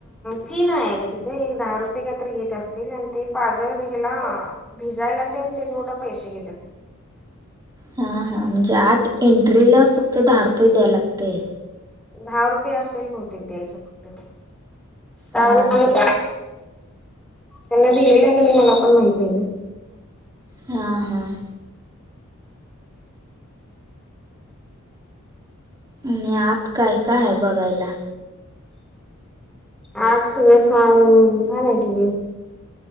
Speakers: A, in the centre; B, on the right.
A: फी नाही आहे ग तिथं एक दहा रुपये काहीतरी घेत असतील आ ते पाजर ह्याला भिजायला तेन ते थोडं पैसे घेतात
B: हा हा म्हणजे आत एंट्रीला फक्त दहा रुपये द्याय लागतय.
A: दहा रुपये असेल बहुतेक द्यायचं फक्त <unintelligible>
B: हां हां
A: त्यांना दिलेल्या आहे <unintelligible> मला पण माहित नाही ग.
B: हां हां. आणि आत काय काय हाय बघायला.
A: आज सगळं छान, छान आहे की ग.